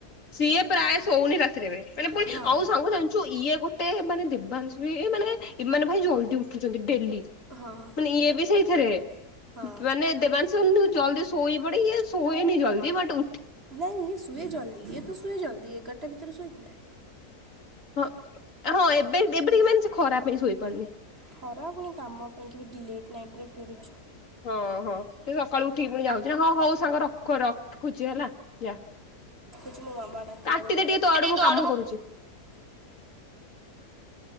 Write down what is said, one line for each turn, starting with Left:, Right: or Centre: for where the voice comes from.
Left: ସିଏ ପ୍ରାୟ ଶୋଉନି ରାତିରେଳେ ମାନେ ପୁଣି
Right: ହଁ
Left: ଆଉ ସାଙ୍ଗ ସାଙ୍ଗୁଛୁ ଇଏ ଗୋଟେ ଏତେ ମାନେ ଦିବଂଶ ବି ମାନେ ମାନେ ଭାଇ ଜଲଦି ଉଠୁଛନ୍ତି ଡେଲି
Right: ହଁ
Left: ମାନେ ଇଏ
Right: ଏଇଟା
Left: ବି
Right: ଗୋଟେ
Left: ସେଇଥିରେ
Right: କଥା ହଁ
Left: ମାନେ ଦେବାଂଶ ଜଲଦି ସୋଇ ବଡ଼ିି ସୋଇଏ ନ ଚଲଦ ବଟ
Right: ନାଁ ସୁଏ ଜଲଦ ତ ସୋଇ ଜଲ୍ଦୀ ଏଗାରଟା ଭିତରେ ସୋଇ ପଡ଼େ।
Left: ହଁ ହଁ ଏବେ ଏବେଠିକ ମାନେ ସେ ଖରା ପାଇଁଁ ଶୋଇପାରୁନି।
Right: ଖରା ପୁଣି କାମ ପାଇଁ ଲଟ୍ ନାଇଟରେ ଫେରୁଛି
Left: ହଁ ହଁ ସେ ସକାଳୁ ଉଠିକି ପୁଣି ଯାଉଛି ନା ହଁ ହଉ ସାଙ୍ଗ ରଖ ରଖୁଛି ହେଲା। ଯା
Right: ମୁଁ ମାମା
Left: କାଟିଦେ ଟିକେ
Right: ଡକ
Left: ତୋ ଆଡୁ ମୁଁ କାମ
Right: ଲଣି
Left: କରୁଛି
Right: ପ